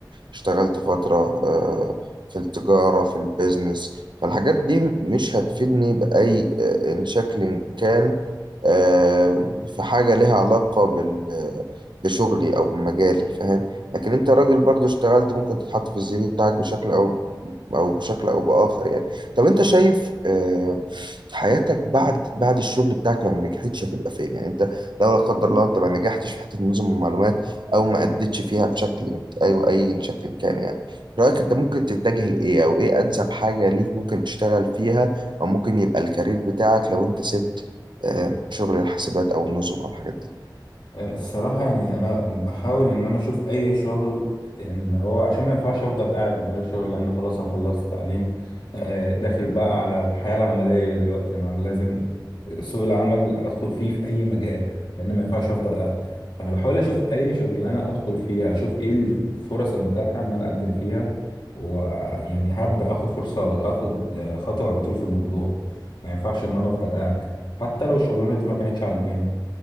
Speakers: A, on the right; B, on the left.
A: اشتغلت فترة آه، في التجارة في البيزنس فالحاجات دي مش هتفيدني بأي آه، إن شكل كان آه، في حاجة ليها علاقة بال بشغلي أو بمجالي فاهم لكن انت راجل برضو اشتغلت ممكن تتحط في السي في بتاعك بشكل او او بشكل او باخر يعني طب انت شايف آه، حياتك بعد بعد الشغل بتاعك لو ما نجحتش هتبقى فين يعني انت لو لا قدر الله انت ما نجحتش في حته نظم المعلومات او ما اديتش فيها بشكل او اي شكل كان يعني رايك انت ممكن تتجه لايه او ايه انسب حاجه ليك ممكن تشتغل فيها او ممكن يبقى الكارير بتاعك لو انت سبت آه، شغل الحاسبات او النظم او الحاجات دي
B: آه، الصراحة يعني أنا بحاول إن أنا أشوف أي شغل إن هو عشان ما ينفعش أفضل قاعد من غير شغل لأن خلاص أنا خلصت تعليم آه، داخل بقى على الحياة العملية دلوقتي أنا لازم سوق العمل أدخل فيه في أي مجال لأن ما ينفعش أفضل قاعد فأنا بحاول أشوف أي شغل أنا أدخل فيها أشوف إيه الفرص المتاحة إن أنا أقدم فيها ويعني هبدأ آخد فرصة على آخد آه، خطوة على طول في الموضوع ما ينفعش إن أنا أفضل قاعد حتى لو الشغلانة دي ما كانتش عاجباني